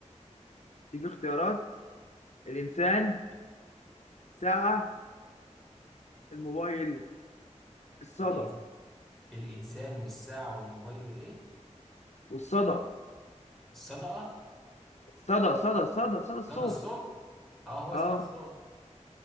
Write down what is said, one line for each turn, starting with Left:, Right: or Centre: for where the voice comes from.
Left: تيجي اختيارات الإنسان ساعة الموبايل الصدى
Centre: الإنس... الإنسان والساعة والموبايل والإيه
Left: والصدى
Centre: الصدقة
Left: صدى صدى صدى صدى الصوت
Centre: صدى الصوت اه هو
Left: اه
Centre: صدى الصوت